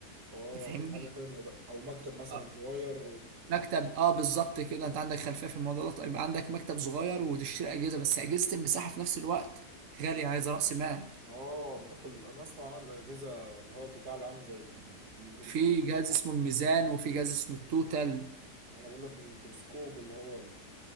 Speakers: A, on the right; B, on the right.
A: اه
B: تفهمني
A: حاجة تانية بقى او مكتب مثلا
B: اه
A: صغير
B: مكتب اه بالظبط كده انت عندك خلفيه في الموضوع ده طيب عندك مكتب صغير وتشتري اجهزه بس اجهزه المساحه في نفس الوقت غاليه عايزه راس مال
A: اه بتاكل انا اسمع عن الاجهزه اللي هو البتاع اللي عامل زي الميكروسكوب
B: في جهاز اسمه الميزان وفي جهاز اسمه التوتال
A: انا بقول لك الميكروسكوب اللي هو ال...